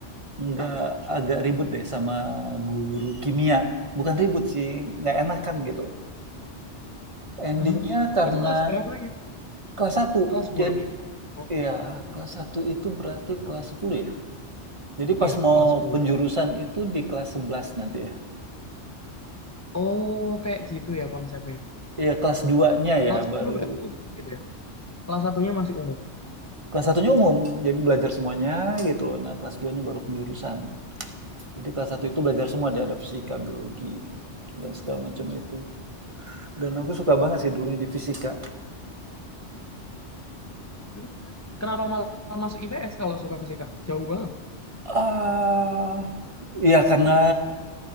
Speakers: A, on the right (about 30°); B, on the left (about 25°).
A: nggak agak ribut deh sama guru kimia. Bukan ribut sih, nggak enakan gitu. Endingnya
B: Ah,
A: karena
B: itu kelas berapa ya?
A: kelas satu,
B: Kelas 10-nya.
A: Jadi
B: Oh,
A: ya kelas satu itu berarti kelas 10 ya. Jadi pas
B: iya
A: mau
B: kelas 10.
A: penjurusan itu di kelas 11 nanti ya.
B: Oh, kayak gitu ya konsepnya.
A: Iya kelas 2-nya
B: Kelas
A: ya
B: 10
A: baru
B: berarti umum gitu ya. Kelas satunya masih umum.
A: kelas satunya umum. Jadi belajar semuanya gitu loh. Nah, kelas 2-nya baru penjurusan. Jadi kelas satu itu belajar semua
B: Hmm.
A: ada ada fisika, biologi dan segala macam itu. Dan aku suka banget
B: Kalau
A: sih dulunya di fisika.
B: Tapi kenapa malah masuk IPS kalau suka fisika? Jauh banget.
A: Ah, Iya karena